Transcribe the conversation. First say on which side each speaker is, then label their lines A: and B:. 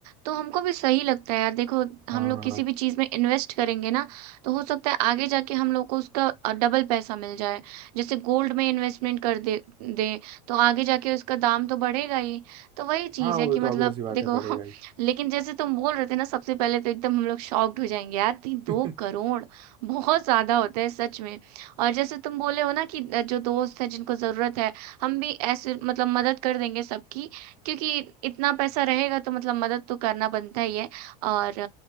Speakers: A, on the right; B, on the right.
A: तो हमको भी सही लगता है यार देखो
B: हाँ
A: हम लोग किसी भी चीज में इन्वेस्ट करेंगे ना तो हो सकता है आगे जाके हम लोग को उसका अ, डबल पैसा मिल जाए जैसे गोल्ड में इन्वेस्टमेंट कर दे दे तो आगे जाके उसका दाम तो बढ़ेगा ही तो वही चीज
B: हाँ वो
A: है कि
B: तो
A: मतलब
B: obvious सी बात
A: देखो
B: है बढ़ेगा
A: <laughs>
B: ही
A: लेकिन जैसे तुम बोल रहे थे ना सबसे पहले तो एकदम हम लोग शॉक्ड हो जाएंगे यार तीन
B: <laughs>
A: दो करोड़ बहुत ज्यादा होता है सच में और जैसे तुम बोले हो ना कि अ, जो दोस्त है जिनको जरूरत है हम भी ऐसे मतलब मदद कर देंगे सबकी क्योंकि इतना पैसा रहेगा तो मतलब मदद तो करना बनता ही है और